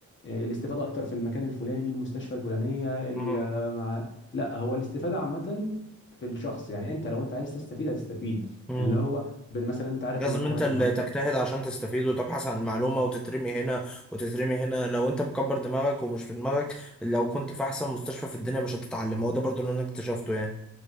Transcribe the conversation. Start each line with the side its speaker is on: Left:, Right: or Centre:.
Left: آه، الاستفادة اكتر في المكان الفلاني المستشفى الفلانية ال-
Centre: أمم،
Left: مع لا هو الاستفادة عامة في الشخص يعني انت لو انت عايز تستفيد هتستفيد
Centre: أمم.
Left: اللي هو ب- مثلا انت عارف
Centre: لازم
Left: ان انت
Centre: انت
Left: رايح
Centre: اللي
Left: النهارده
Centre: تجتهد عشان تستفيد وتبحث عن المعلومة وتترمي هنا وتترمي هنا لو انت مكبر دماغك ومش في دماغك لو كنت في احسن مستشفى في الدنيا مش هتتعلم هو ده برضو اللي انا اكتشفته يعني